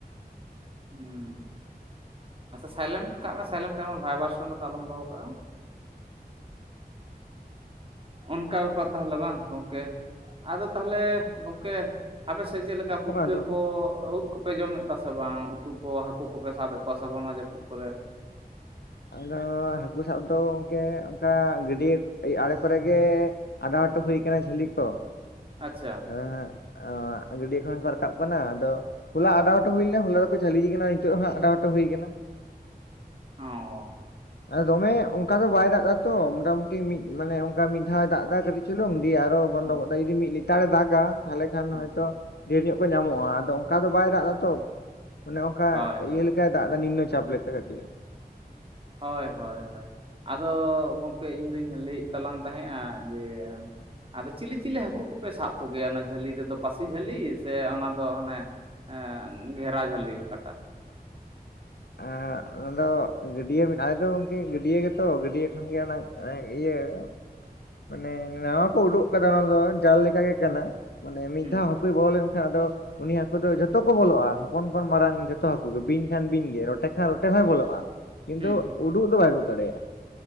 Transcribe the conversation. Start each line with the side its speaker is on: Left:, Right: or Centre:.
Right: ᱦᱩᱸ ᱥᱟᱭᱞᱮᱱᱴ ᱠᱟᱜ ᱢᱮ ᱥᱟᱭᱞᱮᱱᱴ ᱠᱟᱜ ᱢᱮ ᱵᱷᱟᱭᱵᱟᱨᱥᱚᱱ ᱨᱮᱫᱚ ᱟᱞᱚᱢ ᱫᱚᱦᱚ ᱠᱟᱜᱼᱟ।
Left: <inaudible>
Right: ᱚᱱᱠᱟ ᱵᱮᱯᱟᱨ ᱛᱟᱦᱚᱞᱮ ᱵᱟᱝ ᱜᱚᱢᱠᱮ ᱟᱫᱚ ᱛᱟᱦᱚᱞᱮ ᱜᱚᱢᱠᱮ ᱼᱼ ᱟᱯᱮ ᱥᱮᱜ ᱪᱮᱫ ᱞᱮᱠᱟ
Left: ᱟᱸᱡᱚᱢᱚᱜ
Right: ᱯᱩᱴᱠᱟᱹ
Left: ᱠᱟᱱᱟ ᱛᱚ ᱜᱚᱝᱠᱮ
Right: ᱠᱚ, ᱩᱫ ᱠᱚᱯᱮ ᱡᱚᱢᱮᱫ ᱫᱟ ᱥᱮ ᱵᱟᱝ? ᱩᱛᱩ ᱠᱚ ᱦᱟᱹᱠᱩ ᱠᱚᱯᱮ ᱥᱟᱵᱮᱜ ᱼᱼ ᱦᱚᱸᱜ ᱱᱚᱣᱟ ᱡᱟᱹᱯᱩᱫ ᱠᱚᱨᱮ।
Left: ᱟᱫᱚ ᱦᱟᱹᱠᱩ ᱥᱟᱵ ᱫᱚ ᱜᱚᱝᱠᱮ ᱚᱱᱠᱟ ᱜᱟᱹᱰᱭᱟᱹ ᱟᱲᱮ ᱠᱚᱨᱮ ᱜᱮ। ᱟᱰᱟᱣ ᱦᱚᱴᱚ ᱦᱩᱭ ᱠᱟᱱᱟ ᱡᱷᱟᱹᱞᱤ ᱠᱚ᱾
Right: ᱟᱪᱪᱷᱟ
Left: ᱦᱮᱸ ᱦᱮᱸ ᱜᱟᱹᱰᱭᱟᱹ ᱠᱷᱚᱱ ᱠᱚ ᱨᱟᱠᱟᱵ ᱠᱟᱱᱟ ᱟᱫᱚ ᱼᱼ ᱦᱚᱞᱟ ᱟᱰᱟᱣ ᱦᱚᱴᱚ ᱦᱩᱭ ᱞᱮᱱᱟ, ᱦᱚᱞᱟ ᱫᱚᱠᱚ ᱡᱷᱟᱞᱤ ᱠᱟᱱᱟ, ᱱᱤᱛᱚᱜ ᱦᱟᱸᱜ ᱟᱰᱟᱣ ᱦᱚᱴᱚ ᱦᱩᱭ ᱠᱟᱱᱟ।
Right: ᱚᱸ
Left: ᱟᱨ ᱫᱚᱢᱮ ᱚᱱᱠᱟ ᱫᱚ ᱵᱟᱭ ᱫᱟᱜ ᱫᱟ᱾ ᱛᱚ ᱢᱚᱴᱟᱢᱩᱴᱤ ᱢᱤᱫ ᱢᱟᱱᱮ ᱚᱱᱠᱟ ᱢᱤᱫ ᱫᱷᱟᱣ ᱮ ᱫᱟᱜ ᱫᱟ ᱾ᱠᱟᱹᱴᱤᱡ ᱪᱩᱞᱩᱝ ᱫᱤᱭᱮ ᱟᱨᱚ ᱵᱚᱱᱫᱚ
Right: ᱦᱚᱸ
Left: ᱜᱚᱫ ᱫᱟᱭ। ᱡᱩᱫᱤ ᱢᱤᱫ ᱞᱮᱛᱟᱲᱮ ᱫᱟᱜᱟ, ᱛᱟᱦᱚᱞᱮ ᱠᱷᱟᱱ
Right: ᱦᱚᱸ
Left: ᱦᱚᱭᱛᱚ ᱰᱷᱮᱨ ᱧᱚᱜ ᱠᱚ ᱧᱟᱢᱚᱜᱼᱟ ᱾ ᱟᱫᱚ ᱚᱱᱠᱟ ᱫᱚ ᱵᱟᱭ ᱫᱟᱜ ᱫᱟᱛᱚ। ᱚᱱᱮ ᱚᱱᱠᱟ
Right: ᱦᱳᱭ ᱦᱳᱭ
Left: ᱤᱭᱟᱹ ᱞᱮᱠᱟᱭ ᱫᱟᱜᱫᱟ ᱱᱤᱢᱱᱚ ᱪᱟᱯ ᱞᱮᱠᱟ ᱠᱟᱴᱤᱡ।
Right: ᱦᱳᱭ ᱻᱦᱳᱭᱻ ᱦᱳᱭ ᱟᱫᱚ ᱜᱚᱢᱠᱮ ᱤᱧᱫᱩᱧ ᱞᱟᱹᱭᱮᱫ ᱛᱟᱞᱟᱝ ᱛᱟᱦᱮᱸᱜᱼᱟ ᱡᱮ ᱼᱼ ᱟᱫᱚ ᱪᱤᱞᱤ ᱪᱤᱞᱤ ᱦᱟᱹᱠᱩ ᱠᱚᱯᱮ ᱥᱟᱵ ᱠᱚᱜᱮᱭᱟ ᱾ ᱚᱱᱟ ᱡᱷᱟᱹᱞᱤ ᱨᱮᱫᱚ ᱯᱟᱹᱥᱤ ᱡᱷᱟᱹᱞᱤ ᱥᱮ ᱚᱱᱟ ᱫᱚ ᱦᱟᱱᱮ ᱼᱼ ᱮᱸᱻ ᱜᱷᱮᱨᱟ ᱡᱷᱟᱹᱞᱤ ᱚᱠᱟᱴᱟᱜ᱾
Left: ᱟᱨ <unintelligible> ᱟᱫᱚ ᱜᱟᱹᱰᱭᱟᱹ ᱢᱮᱱᱟᱜᱼᱟ, ᱟᱫᱚ ᱜᱚᱢᱠᱮ ᱜᱟᱹᱰᱭᱟᱹ ᱜᱮᱛᱚ ᱜᱟᱹᱰᱭᱟᱹ ᱠᱷᱚᱱᱜᱮ ᱚᱱᱟ ᱤᱭᱟᱹ ᱼᱼ ᱢᱟᱱᱮ ᱱᱟᱣᱟ ᱠᱚ ᱳᱰᱳᱜ ᱠᱟᱫᱟ ᱚᱱᱟ ᱫᱚ, ᱡᱟᱞ ᱞᱮᱠᱟᱜᱮ ᱠᱟᱱᱟ ᱢᱟᱱᱮ ᱢᱤᱫ
Right: ᱦᱩᱸ
Left: ᱫᱷᱟᱣ ᱼᱼ ᱦᱟᱠᱩᱭ ᱵᱚᱞᱚ ᱞᱮᱱᱠᱷᱟᱱ ᱟᱫᱚ ᱩᱱᱤ ᱦᱟᱹᱠᱩ ᱫᱚ ᱡᱚᱛᱚ ᱠᱚ ᱵᱚᱞᱚᱜᱼᱟ ᱾ ᱦᱚᱯᱚᱱ ᱠᱷᱚᱱ ᱢᱟᱨᱟᱝ ᱡᱷᱚᱛᱚ ᱦᱟᱹᱠᱩ ᱜᱮ ᱵᱤᱧ ᱠᱷᱟᱱ ᱼᱼ ᱵᱤᱧ ᱜᱮ ᱨᱚᱴᱮ ᱠᱷᱟᱱ ᱨᱚᱴᱮ ᱦᱚᱸᱭ ᱵᱚᱞᱚᱜᱼᱟ, ᱠᱤᱱᱛᱩ
Right: ᱦᱩᱸ
Left: ᱩᱰᱩᱜ ᱫᱚ ᱵᱟᱭ ᱩᱰᱩᱜ ᱫᱟᱲᱮᱭᱟᱜᱼᱟ।